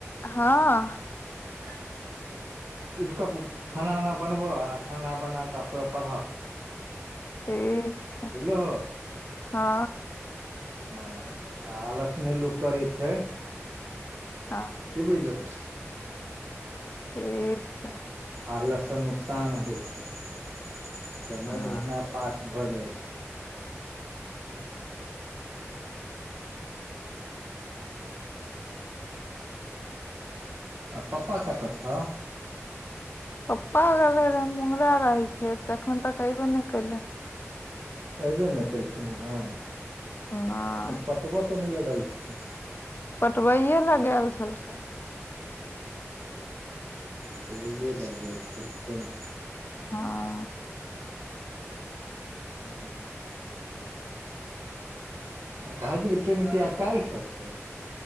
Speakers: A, on the left; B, on the right.
A: हँ
B: <unintelligible> खाना उना बनबह आ खाना बना कऽ पढ़ऽ
A: ठीक छै
B: बुझलहो
A: हँ
B: हँ आ आलस नहि लोक करै छै
A: हँ
B: की बुझलहो
A: ठीक छै
B: आलसँ नुकसान होइ छै समय
A: हँ
B: ओहिना पास भऽ जाइ छै आ पप्पा कतऽ छ
A: पप्पा गेलै रहै मुंगरा राही खेत से एखन तक अइबे नहि कैलै हन
B: अऐबे नहि केलखिन हँ
A: नहि
B: पटब तऽ नहि लगलखिन
A: पटबैए ले गेल छलखिन
B: पटबैए लए गेल छलखिन
A: हँ
B: ह <inaudible> भाइजी के ट्रेनिंग कहिया काल्हिसँ छौ